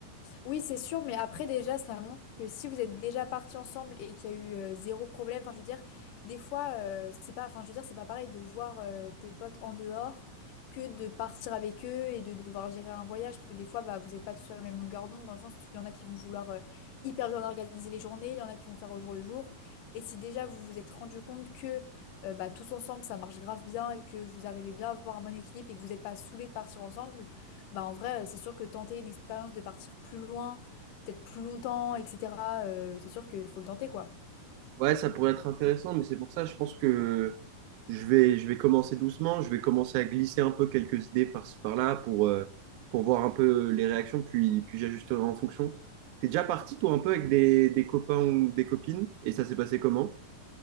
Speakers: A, on the left; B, on the right.
A: Oui, c'est sûr, mais après déjà, ça montre que si vous êtes déjà partis ensemble et qu'il y a eu euh, zéro problème, enfin je veux dire, des fois, euh, c'est pas, enfin je veux dire, c'est pas pareil de voir euh, tes potes en dehors que de partir avec eux et de devoir gérer un voyage, parce que des fois, bah, vous n'êtes pas tous sur la même longueur d'onde, dans le sens où il y en a qui vont vouloir euh, hyper bien organiser les journées, il y en a qui vont faire au jour le jour. Et si déjà vous vous êtes rendu compte que euh, bah, tous ensemble, ça marche grave bien et que vous arrivez bien à avoir un bon équilibre et que vous n'êtes pas saoulés de partir ensemble. Bah en vrai, euh, c'est sûr que tenter une expérience de partir plus loin, peut-être plus longtemps, etc., euh, c'est sûr qu'il faut le tenter, quoi.
B: Ouais, ça pourrait être intéressant, mais c'est pour ça, je pense que je vais, je vais commencer doucement, je vais commencer à glisser un peu quelques idées par-ci, par-là pour, euh, pour voir un peu les réactions, puis, puis j'ajusterai en fonction. T'es déjà parti, toi, un peu avec des, des copains ou des copines, et ça s'est passé comment?